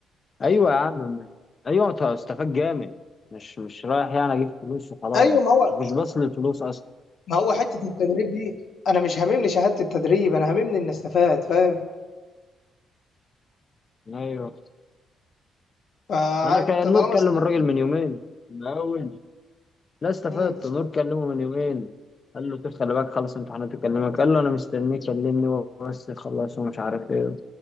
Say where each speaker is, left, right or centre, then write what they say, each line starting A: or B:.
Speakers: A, on the left (about 35°); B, on the left (about 60°).
A: ايوه يا عم ايوه انت استفاد جامد مش مش رايح يعني اجيب فلوس وخلاص
B: أيوه ما هو
A: مش بس للفلوس اصلا
B: ما هو حتة التدريب دي أنا مش هاممني شهادة التدريب أنا هاممني إني أستفاد فاهم
A: ايوه
B: فأنت
A: انا كان
B: طالما
A: نور كلم
B: استفدت
A: الراجل من يومين من اول لا استفدت
B: مم.
A: نور كلمه من يومين قال له طب خلي بالك خلص امتحانات يكلمك قال له انا مستنيك كلمني هو بس خلص ومش عارف ايه